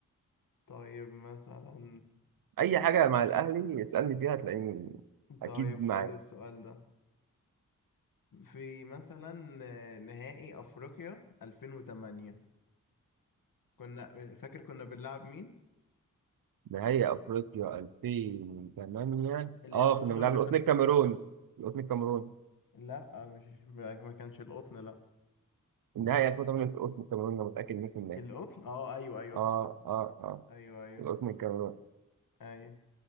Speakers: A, on the left; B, on the right.
A: طيب مثلا
B: أي حاجة مع الأهلي اسألني فيها هتلاقيني أكيد
A: طيب
B: معاك
A: خد السؤال ده في مثلا آه، نهائي افريقيا 2008 كنا فاكر كنا بنلعب مين
B: نهائي افريقيا 2008
A: اللي
B: اه
A: هي البطولة
B: كنا بنلعب
A: اللي
B: القطن
A: خد
B: الكاميرون القطن الكاميرون
A: لا آه، مش ما ما كانش القطن لا
B: النهائي 2008 في القطن الكاميرون انا متاكد 100%
A: القطن اه ايوه ايوه
B: اه
A: صح
B: اه اه
A: ايوه ايوه
B: القطن الكاميرون
A: ايوه